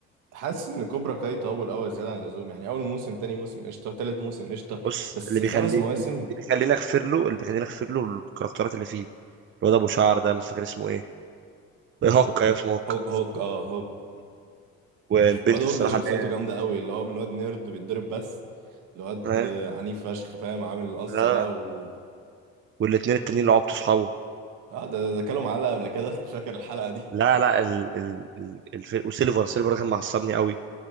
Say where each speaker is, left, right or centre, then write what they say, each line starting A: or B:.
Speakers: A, on the right; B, on the right.
A: حاسس ان كوبرا كاي طول قوي زياده عن اللزوم يعني اول موسم تاني موسم قشطه تالت موسم قشطه
B: بص
A: بس
B: اللي بيخلي
A: خمس مواسم
B: اللي بيخليني اغفر له اللي بيخليني اغفر له الكاركترات اللي فيه الواد ابو شعر ده مش فاكر اسمه ايه هوكا ايوه اسمه هوكا
A: هوك هوك اه هوك
B: والبنت
A: الواد هوك
B: الصراحه
A: ده شخصيته
B: اللي هي
A: جامده قوي اللي هو من واد نيرد بيتضرب بس الواد
B: اه
A: آه، عنيف فشخ فاهم عامل القصه
B: آه.
A: بقى و
B: والاتنين التانيين اللي عبطوا صحابه
A: اه ده ده كلوا معلقه قبل كده <laughs> انا فاكر الحلقه دي
B: لا لا ال ال ال الف... وسيلفر سيلفر ده كان معصبني قوي